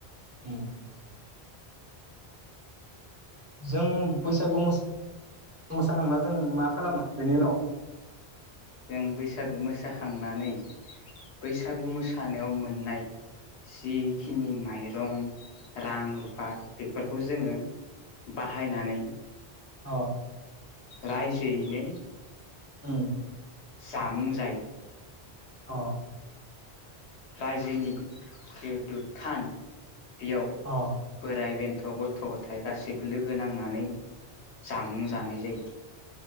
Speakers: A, on the right (about 15°); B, on the left (about 85°).
A: उम। जों बैसागु मो मोसाखांना जों मा खालामो बेनि उनाव?
B: जों बैसागु मोसाखांनानै बैसागु मोसानायाव मोन्नाय जिखिनि माइरं रां रुफा बेफोरखौ जोंङो बाहायनानै
A: अ।
B: राइजोयैनो
A: उम।
B: जामुं जायो।
A: अ।
B: रायजोनि जिहेथु थान बेयाव
A: अ
B: बोराय बे थ' गथ' गथाइ गासैबो लोगो नांनानै जामुं जानाय जायो।